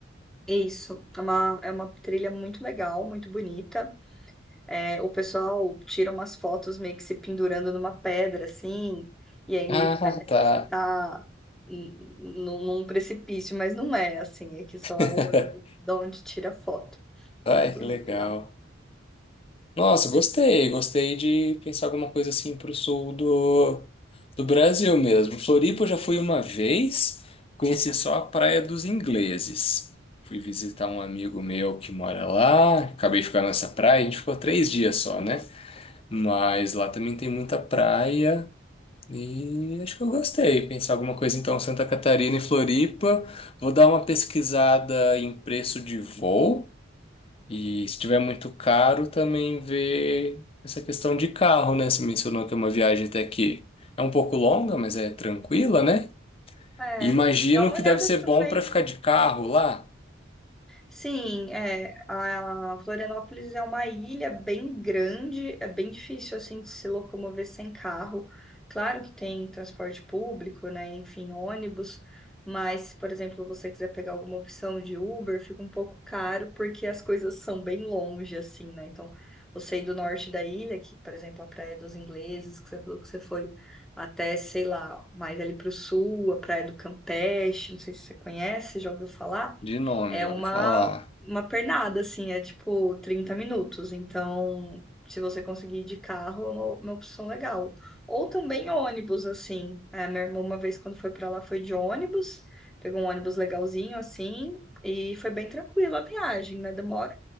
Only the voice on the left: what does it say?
Ah,
tá.
<laughs>
Ai,
que legal.
Nossa, gostei. Gostei de pensar alguma coisa assim pro sul do, do Brasil mesmo. Floripa eu já fui uma vez, conheci só a Praia dos Ingleses. Fui visitar um amigo meu que mora lá, acabei ficando nessa praia, a gente ficou três dias só, né? Mas lá também tem muita praia e acho que eu gostei. Pensar alguma coisa então, Santa Catarina e Floripa. Vou dar uma pesquisada em preço de voo. E se tiver muito caro, também ver essa questão de carro, né? Você mencionou que é uma viagem até que é um pouco longa, mas é tranquila, né?
E imagino
que
deve ser
bom para ficar de carro lá.
De nome,
já
ouvi falar.